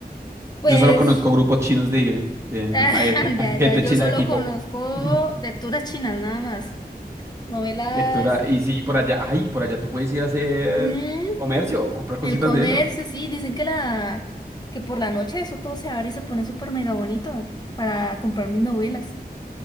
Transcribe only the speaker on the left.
Pues,
<laughs>
ya,
ya, yo
solo
conozco
lecturas chinas nada más. Novelas.
mm,
El comercio,
sí, dicen que la que por la noche eso todo se abre y se pone súper mega bonito para comprar mis novelas